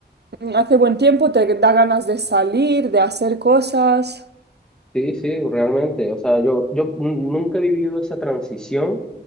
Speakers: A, on the right; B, in the centre.
A: mm, hace buen tiempo, te da ganas de salir, de hacer cosas.
B: Sí, sí, realmente. O sea, yo, yo n- nunca he vivido esa transición